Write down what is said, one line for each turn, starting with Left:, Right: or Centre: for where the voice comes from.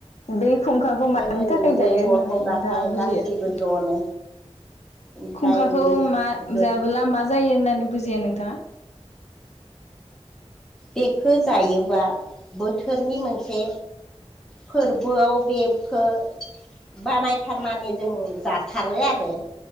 Left: बे खुंखाखौ मानि
Centre: गोदोर
Left: थाखाय
Centre: उदै
Left: जायो
Centre: गथ'
Left: होननानै
Centre: गथाय
Left: नोंथाङा बुजियो।
Centre: गासैबो ज'नो ओमफ्राय
Left: खुंखाखौ मा
Centre: बे
Left: जाबोला मा जायो होननानै बुजियो नोंथाङा?
Centre: बेखो जायोबा बोथोरनि मोनसे फोरबोआव बेखौ बानायथारनानै जों जाथारो आरो।